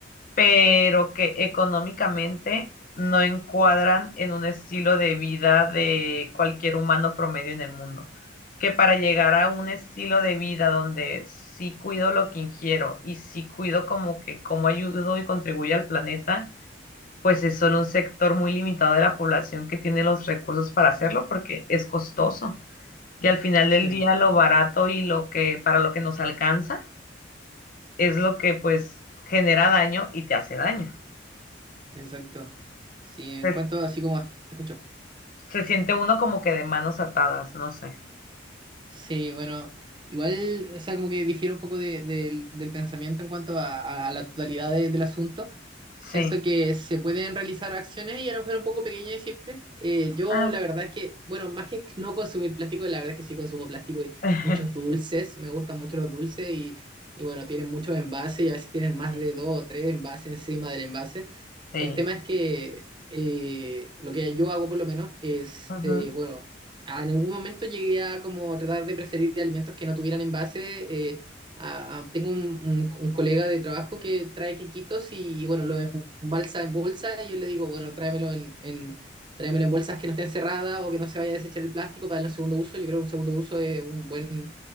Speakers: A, on the left; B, on the right.
A: pero que económicamente no encuadran en un estilo de vida de cualquier humano promedio en el mundo. Que para llegar a un estilo de vida donde sí cuido lo que ingiero y sí cuido como que cómo ayudo y contribuyo al planeta, pues es solo un sector muy limitado de la población que tiene los recursos para hacerlo porque es costoso. Y al final
B: sí,
A: del día lo barato y lo que para lo que nos alcanza es lo que pues genera daño y te hace daño.
B: exacto. Sí, en
A: Es,
B: cuanto, así como... a- Te escucho.
A: se siente uno como que de manos atadas, no sé.
B: Sí, bueno, igual, o sea, como que difiero un poco de- del del pensamiento en cuanto a, a- la totalidad de- del asunto. Siento
A: Sí.
B: que se pueden realizar acciones y a lo mejor un poco pequeñas y simples. Eh, yo
A: Ah,
B: la verdad es que, bueno, más que no consumir plástico, la verdad es que sí consumo plástico y
A: <laughs>
B: muchos dulces, me gustan mucho los dulces y, y bueno, tienen muchos envases y a veces tienen más
A: sí.
B: de dos o tres envases encima del envase.
A: Sí.
B: El tema es que eh, lo que yo hago por lo menos es,
A: Ujú.
B: eh, bueno, ah, en algún momento llegué a como tratar de preferir alimentos que no tuvieran envase. eh, a- a- tengo un, un- un colega de trabajo que trae quequitos y, bueno, lo embalsa en bolsa y yo le digo, bueno, tráemelo en, en, tráemelo en bolsas que no estén cerradas o que no se vaya a desechar el plástico para darle un segundo uso. Yo creo que un segundo uso es un buen,